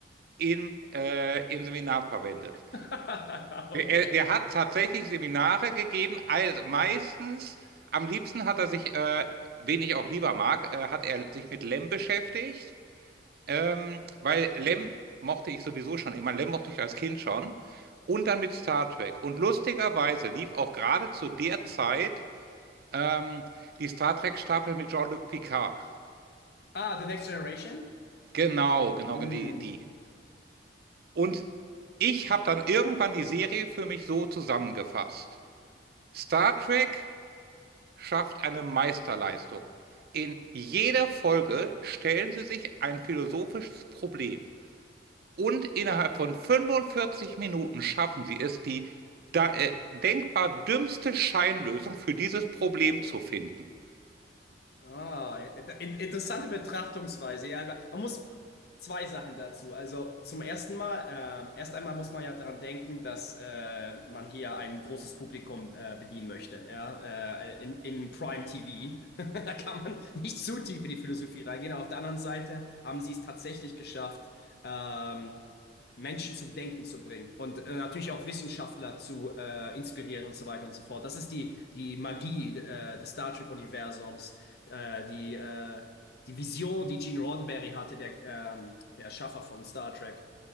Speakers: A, on the right; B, on the left.
A: im, äh, im Seminar verwendet.
B: <laughs> Okay.
A: Der, der hat tatsächlich Seminare gegeben, also meistens, am liebsten hat er sich, äh, wen ich auch lieber mag, äh, hat er sich mit Lem beschäftigt, ähm, weil Lem mochte ich sowieso schon immer, Lem mochte ich als Kind schon, und dann mit Star Trek. Und lustigerweise lief auch gerade zu der Zeit ähm, die Star Trek-Staffel mit Jean-Luc Picard.
B: Ah, The Next Generation?
A: Genau, genau,
B: Mm.
A: genau, die, die. Und ich habe dann irgendwann die Serie für mich so zusammengefasst. Star Trek. schafft eine Meisterleistung. In jeder Folge stellen sie sich ein philosophisches Problem. Und innerhalb von 45 Minuten schaffen sie es, die da, äh, denkbar dümmste Scheinlösung für dieses Problem zu finden.
B: Ah, in- interessante Betrachtungsweise. Ja, aber man muss zwei Sachen dazu. Also zum ersten Mal, ähm, erst einmal muss man ja daran denken, dass äh, man hier ein großes Publikum äh, bedienen möchte. Ja, äh, in, in Prime TV. <laughs> Da kann man nicht zu tief in die Philosophie reingehen. Aber auf der anderen Seite haben sie es tatsächlich geschafft, ähm, Menschen zum Denken zu bringen und äh, natürlich auch Wissenschaftler zu äh, inspirieren und so weiter und so fort. Das ist die, die Magie äh, des Star Trek-Universums äh, die, äh, die Vision, die Gene Roddenberry hatte, der, ähm, der Erschaffer von Star Trek.